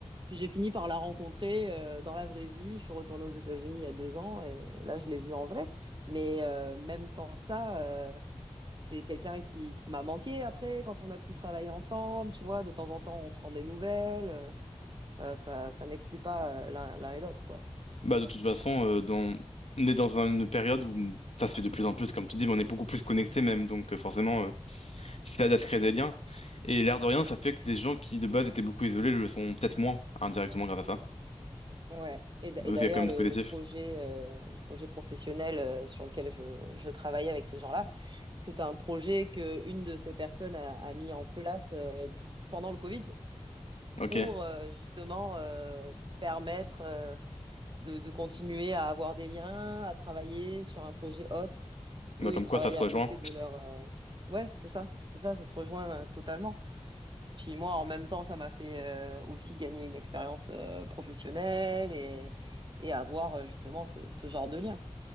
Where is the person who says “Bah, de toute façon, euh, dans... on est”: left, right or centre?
Left